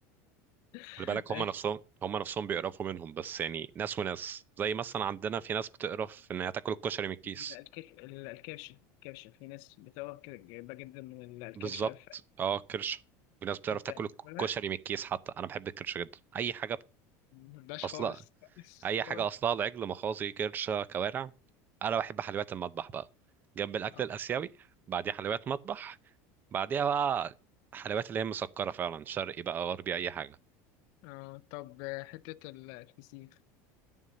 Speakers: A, on the left; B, on the right.
A: <laughs>
B: خلي بالك
A: ماشي
B: هم نفسهم هم نفسهم بيقرفوا منهم بس يعني ناس وناس زي مثلا عندنا في ناس بتقرف ان هي تاكل الكشري من الكيس
A: لا، الكش- ال- الكرش الكرش في ناس بتقرا جدا جدا من الكرش
B: بالظبط
A: عارف
B: اه كرش في ناس بتعرف
A: أنت
B: تاكل
A: بتقولها؟
B: الكشري من الكيس حتى انا بحب الكرش جدا اي حاجه بت...
A: مبقاش
B: اصلا
A: خالص خالص
B: اي حاجه
A: خالص
B: اصلها العجل مخاصي كرشه كوارع انا بحب حلويات المطبخ بقى جنب الاكل
A: اه
B: الاسيوي بعديها حلويات مطبخ بعديها بقى حلويات اللي هي مسكره فعلا شرقي بقى غربي اي حاجه
A: آه، طب آه، حتة ال- الفسيخ